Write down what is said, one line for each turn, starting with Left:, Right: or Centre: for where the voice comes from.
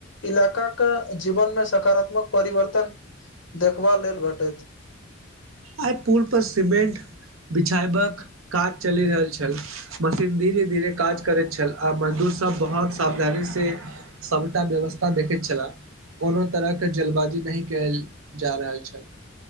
Left: इलाका के जीवन मे सकारात्मक परिवर्तन देखबा लेल भेटैत
Right: आइ पुल पर सीमेंट बिछायबाक काज चलि रहल छल मशीन धीरे धीरे काज करैत छल आ मजदूर सब बहुत सावधानी से सबटा व्यवस्था देखै छला कोनो तरहके जल्बाजी नहि कयल जा रहल छल